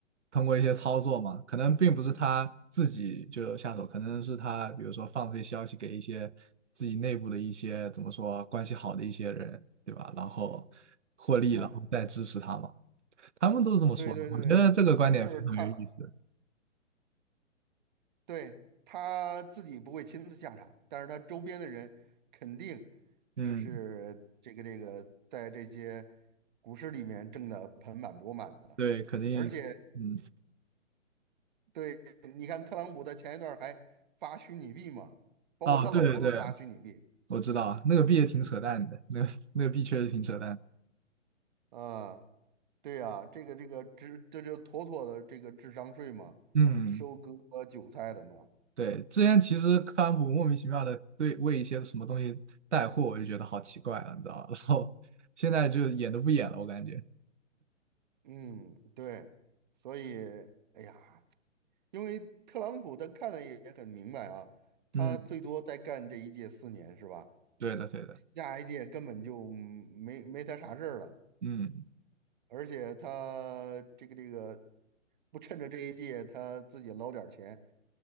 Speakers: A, on the right; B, on the right.
A: 通过一些操作嘛，可能并不是他自己就下手，可能是他比如说放出一些消息给一些自己内部的一些怎么说关系好的一些人，对吧？然后获利，
B: 它
A: 然后再支持他嘛，他们都是这么说的，
B: 对对对，
A: 我觉得这个观点非常有意思。
B: 就是他对他自己不会亲自下场，但是他周边的人肯定是是这个这个在这些
A: 嗯，
B: 股市里面挣得盆满钵满的，
A: 对，肯定，
B: 而且。
A: 嗯，
B: 对，你看特朗普他前一段儿还发虚拟币嘛，包括他老婆都发虚拟币，
A: 哦，对对对，我知道啊那个币也挺扯淡的，那个那个币确实挺扯淡的
B: 啊，对呀，这个这个这这就妥妥的这个智商税嘛，
A: 嗯，
B: 收割韭菜的嘛，
A: 对，之前其实特朗普莫名其妙的对为一些什么东西带货，我就觉得好奇怪了，你知道吧？<laughs> 然后现在就演都不演了，我感觉。
B: 嗯，对，所以，哎呀，因为特朗普他看的也很明白啊，他最多再干这一届四年是吧？
A: 嗯，对的，对的，
B: 下一届根本就没没他啥事儿了。
A: 嗯，
B: 而且他这个这个不趁着这一届他自己捞点儿钱，